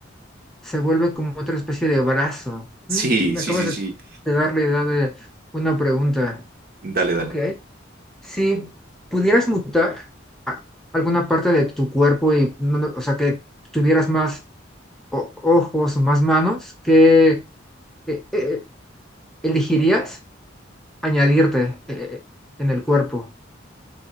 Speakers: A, in the centre; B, on the right (about 50°).
A: se vuelve como otra especie de brazo.
B: Sí,
A: Mm, Me
B: sí,
A: acabas
B: sí,
A: de
B: sí.
A: de dar la idea de una pregunta.
B: Dale, dale.
A: Ok. Si pudieras mutar a- alguna parte de tu cuerpo y, no- no- o sea, que tuvieras más o- ojos o más manos, ¿qué eh, eh, eh, elegirías añadirte eh, eh, en el cuerpo?